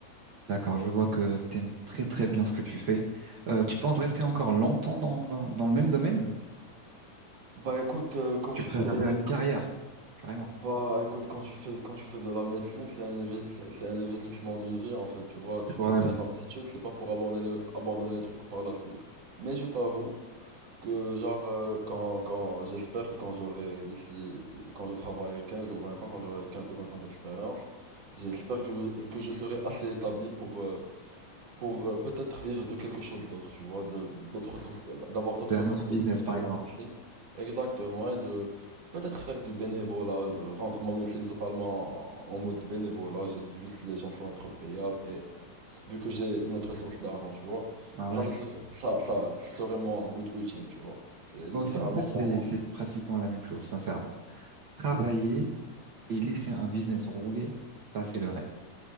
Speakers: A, on the right; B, on the right.
A: D'accord. Je vois que t'aimes très très bien ce que tu fais. Euh, tu penses rester encore longtemps dans, dans dans le même domaine?
B: Bah écoute, euh, quand
A: Tu
B: tu
A: préfères
B: fais,
A: faire une carrière, carrément.
B: Bah écoute, quand tu fais, quand tu fais de la médecine, c'est un, inve- c'est c'est un investissement d'une vie en fait, tu vois, tu
A: C'est pour
B: fais
A: la
B: 13
A: vie.
B: ans d'études, c'est pas pour abandonner le, abandonner le truc par la suite. Mais je t'avoue que genre, euh, quand, quand, j'espère que quand j'aurai d'ici, quand je travaillerai 15 ou 20 ans, quand j'aurai 15 ou 20 ans d'expérience, j'espère que je, que je serai assez établi pour, euh, pour euh, peut-être vivre de quelque chose d'autre, tu vois, de- d'autres sources, d'avoir d'autres
A: C'est un
B: sources
A: autre
B: de
A: business,
B: revenus
A: par
B: que
A: exemple.
B: la médecine. Exactement, et de peut-être faire du bénévolat, euh, rendre ma médecine totalement en mode bénévolat, j'ai juste les gens sont être payés, et vu que j'ai une autre source d'argent, tu vois,
A: Ah
B: ça,
A: ouais.
B: ça, serait- ça, ça, ce serait mon but ultime, tu vois. C'est littéralement
A: Moi aussi, en fait, c'est,
B: moi.
A: c'est pratiquement la même chose, sincèrement. Travailler et laisser un business rouler, ça, c'est le rêve.